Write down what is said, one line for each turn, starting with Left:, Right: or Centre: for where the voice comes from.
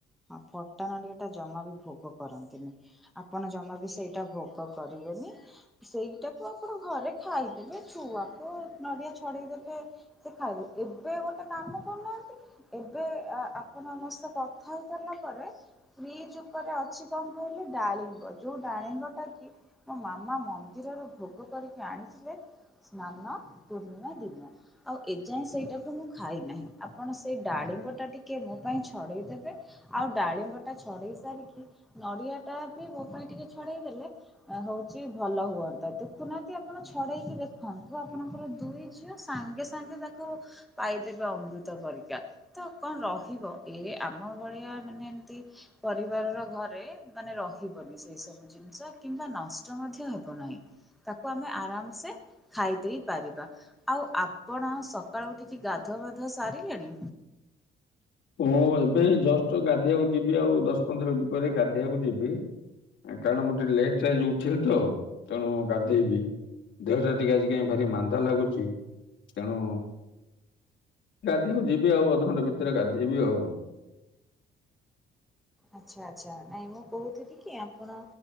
Centre: ହଁ ଫଟା ନଡ଼ିଆ ଟା ଜମା ବି ଭୋଗ କରନ୍ତିନି। ଆପଣ ଜମା ବି ସେଇଟା ଭୋଗ କରିବେନି। ସେଇଟାକୁ ଆପଣ ଘରେ ଖାଇଦେଲେ ଛୁଆଙ୍କୁ ନଡିଆ ଛଡେଇଦେଲେ ସେ ଖାଇବେ ଏବେ ଗୋଟେ କାମ କରୁନାହାନ୍ତି ଏବେ ଆପଣ ସମସ୍ତେ କଥା ହେଇସାରିଲା ପରେ ଫ୍ରିଜ୍ ଉପରେ ଅଛି ତଙ୍କୁ କହିଲେ ଡାଳିମ୍ୱ ଯୋଉଁ ଡାଳିମ୍ୱ ଟା କି ମୋ ମାମା ମନ୍ଦିରରୁ ଭୋଗ କରିକି ଆଣିଥିଲେ। ସ୍ନାନ ପୂର୍ଣ୍ଣିମା ଦିନ ଆଉ ଏଯାଏଁ ସେଇଟାକୁ ମୁଁ ଖାଇନାହିଁ ଆପଣ ସେଇ ଡାଳିମ୍ବଟା ଟିକିଏ ମୋ ପାଇଁ ଛଡ଼େଇ ଦେବେ, ଆଉ ଡାଳିମ୍ବଟା ଛଡ଼େଇ ସାରିକି ନଡ଼ିଆଟା ବି ମୋ ପାଇଁ ଟିକେ ଛଡ଼େଇ ଦେଲେ ହଉଛି ଭଲ ହୁଅନ୍ତା। ଦେଖୁନାହାନ୍ତି ଆପଣ ଛଡେଇକି ଦେଖନ୍ତୁ ଆପଣଙ୍କର ଦୁଇ ଝିଅ ସାଙ୍ଗେ ସାଙ୍ଗେ ତାକୁ ପାଇଦେବେ ଅମୃତ ପରିକା। ତ କଣ ରହିବ ଏ ଆମ ଭଳିଆ ମାନେ ଏମତି ପରିବାର ର ଘରେ ମାନେ ରହିବନି ସେଇ ସବୁ ଜିନିଷ କିମ୍ବା ନଷ୍ଟ ମଧ୍ୟ ହେବ ନାହିଁ। ତାକୁ ଆମେ ଆରାମସେ ଖାଇ ଦେଇେଇ ପାରିବା। ଆଉ ଆପଣ ସକାଳୁ ଉଠିକି ଗାଧୁଆବାଧୁଆ ସାରିଲେଣି?
Left: ମୁଁ ଏବେ ଏଇ ଜଷ୍ଟ ଗାଧୋଇବାକୁ ଯିବି। ଆଉ ଦଶ ପନ୍ଦର ମିନିଟ୍ ପରେ ଗାଧେଇବାକୁ ଯିବି। କାରଣ ମୁଁ ଟିକେ ଲେଟ୍ ରେ ଯଉ ଉଠିଲି ତ ତେଣୁ ଗାଧେଇବି। ଦେହଟା ଟିକେ ଆଜି କାହିଁ ଭାରି ମାନ୍ଦା ଲାଗୁଛି। ତେଣୁ ଗାଧେଇବାକୁ ଯିବି ଆଉ ଅଧଘଣ୍ଟ ଭିତରେ ଗାଧୋଇେଇବି ଆଉ।
Centre: ଆଚ୍ଛା ଆଚ୍ଛା। ନାଇଁ ମୁଁ କହୁଥିଲି କି ଆପଣ